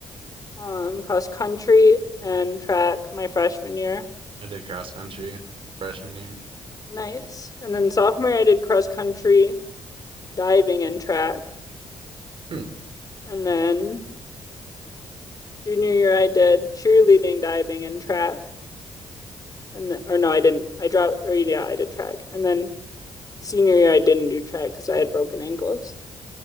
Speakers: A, on the left; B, on the right.
A: um cross country and track my freshman year.
B: I did cross country freshman year.
A: Nice. And then sophomore year, I did cross country, diving, and track.
B: Hmm.
A: And then junior year, I did cheerleading, diving, and track. And then, or no, I didn't. I dropped, or yeah, I did track. And then senior year, I didn't do track because I had broken ankles.